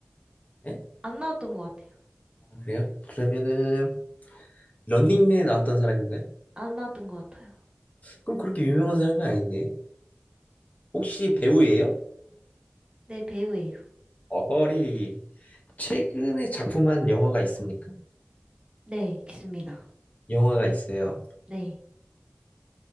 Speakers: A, on the left; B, on the right.
A: 네?
B: 안 나왔던 것 같아요.
A: 아, 그래요? 그러면은 런닝맨에 나왔던 사람인가요?
B: 안 나왔던 것 같아요.
A: 그럼 그렇게 유명한 사람은 아닌데 혹시 배우예요?
B: 네, 배우예요.
A: 어허리 최근에 작품한 영화가 있습니까?
B: 네, 있습니다.
A: 영화가 있어요.
B: 네.